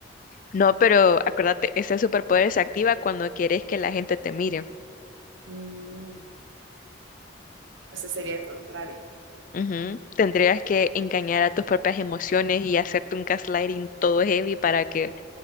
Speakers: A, on the left (about 45°); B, on the right (about 85°).
A: No, pero acuérdate, ese superpoder se activa cuando quieres que la gente te mire.
B: Mm, Entonces sería el contrario.
A: Ujú. Tendrías que engañar a tus propias emociones y hacerte un gaslighting todo heavy para que